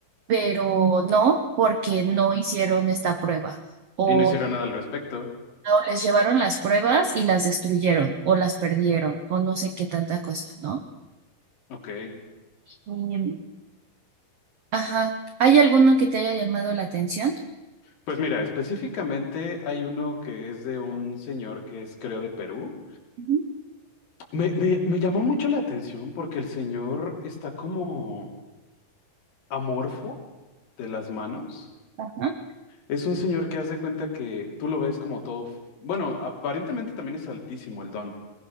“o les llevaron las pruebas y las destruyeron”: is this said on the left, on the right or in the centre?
Right